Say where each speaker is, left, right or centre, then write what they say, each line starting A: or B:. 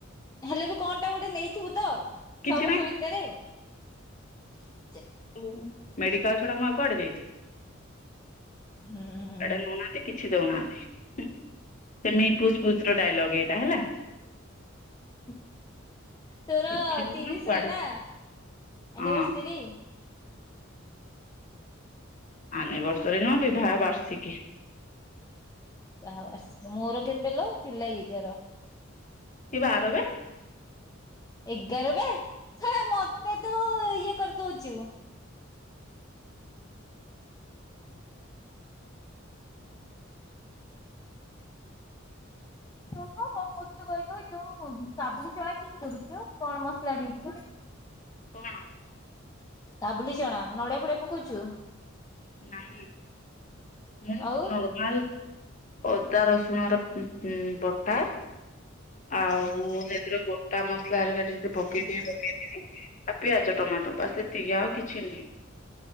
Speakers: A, on the left; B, on the left.
A: ହେଲେ ବି କଣ ଟା ଗୋଟେ ନେଇଥିବୁ ତ
B: କିଛି
A: ଛଅ ବର୍ଷ
B: ନାହିଁ।
A: ଭିତରେ? <unintelligible>
B: ହଉ। ମେଡିକାଲ ଛଡା ମୁଁ ଆଉ କୁଆଡେ ଯାଇଛି।
A: ହୁଁ
B: କୁଆଡେ ନଉନାହାନ୍ତି କିଛି ଦେଉନାହାନ୍ତି ସେମି ପୁଛ ପୁଛର ଡାଇଲଗ ଏଇଟା ହେଲା
A: <inaudible> ତୋର
B: କିଛି ଦଉନ
A: ତିରିଶି
B: କୁଆଡେ
A: ରେ ନା
B: ହଁ
A: ଅନିବାର୍ସରୀ
B: ଅନିବାର୍ସରୀ ନା ବିବାହ ବାର୍ଷିକେ
A: ହଉ ଆସିବୁ ମୋର କେତେବେଲ ଜୁଲାଇ ଏଗାର
B: କି ବାର ବେ
A: ଏଗାର ଵା ଶଳା ମତେ ତୁ ଇଏ କରିଦଉଛୁ ହୁହ କଣ କହୁଛ କହିଲୁ ଯୋଉ ସାବୁନ ଚଣା କେମତି କରୁଛ କଣ ମସଲା ଦେଇଛି <unintelligible> <inaudible>
B: କଣ
A: କାବୁଳି ଚଣା ନଡିଆ ଫଡିଆ ପକାଉଛୁ
B: ନାହିଁ ମୁଁ
A: ଆଉ
B: ନର୍ମାଲ ଅଦା ରସୁଣର ଉଁ ଉଁ ବଟା ଆଉ ସେଥିରେ ଗୋଟା ମସଲା ହେଟା ଟିକେ ପକେଇ ଦେବି ଆଉ ପିଆଜ ଟମାଟୋ ବାସ ଏତିକି ଆଉ କିଛି ନାହି